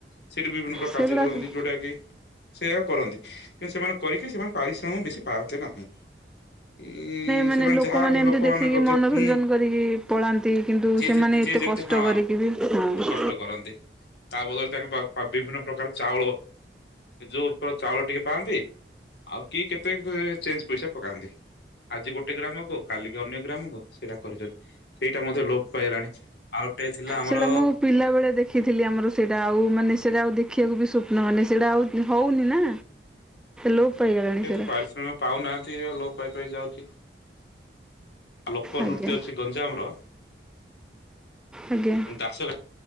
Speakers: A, on the left (about 70°); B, in the centre.
A: ସେଇଠି ବିଭିନ୍ନ ପ୍ରକାର
B: ସେଗୁଡ଼ା
A: କାର୍ଯ୍ୟ କରନ୍ତି
B: ହୁଁ
A: ଯେଉଁଟା କି ସେଇଆ କରନ୍ତି? କିନ୍ତୁ ସେମାନେ କରିକି ସେମାନେ ପାରିଶ୍ରମ ବେଶୀ ପାଆନ୍ତି ନାହିଁ। ଉଁ
B: ମାନେ
A: ସେମାନେ
B: ଲୋକମାନେ
A: ଯାହା
B: ଏମିତି
A: ଲୋକମାନଙ୍କ
B: ଦେଖିକି ମନୋରଞ୍ଜନ
A: ଦ୍ୟ ହୁଁ
B: କରିକି ପଳାନ୍ତି କିନ୍ତୁ
A: ଯିଏ
B: ସେମାନେ
A: ଯେ
B: ଏତେ
A: ଯିଏ ଯେତେ
B: କଷ୍ଟ
A: ହଁ
B: କରିକି ବି ହଁ
A: କଷ୍ଟ କରନ୍ତି ତା ବଦଳେ ତାଙ୍କ ପା ପା ବିଭିନ୍ନ ପ୍ରକାର ଚାଉଳ ଯୋଉ ପ୍ର ଚାଉଳ ଟିକେ ପାଆନ୍ତି ଆଉ କି କେତେ ଚେଞ୍ଜ୍ ପଇସା ପକାନ୍ତି। ଆଜି ଗୋଟେ ଗ୍ରାମ କୁ କାଲିକି ଅନ୍ୟ ଗ୍ରାମକୁ ସେଇଟା କରି କରି ସେଇଟା ମଧ୍ୟ ଲୋପ ପାଇଗଲାଣି। ଆଉ ଟେ ଥିଲା। ଆମର
B: ସେଇଟା ମୁଁ ପିଲା ବେଳେ ଦେଖିଥିଲି ଆମର ସେଇଟା ଆଉ ମାନେ ସେଇଟା ଆଉ ଦେଖିବାକୁ ବି ସ୍ୱପ୍ନ ମାନେ ସେଉଡା ଆଉ ହଉନି ନା ଲୋପ ପାଇଗଲାଣି
A: ଯେହେତୁ
B: ସେରା
A: ପାରିଶ୍ରମ ପାଉନାହାନ୍ତି ଲୋପ ପାଇପାଇ ଯାଉଛି। ଲୋକ
B: ଆଜ୍ଞା
A: ନୃତ୍ୟ ଅଛି ଗଞ୍ଜାମର
B: ଆଜ୍ଞା
A: ଦାସ ଗା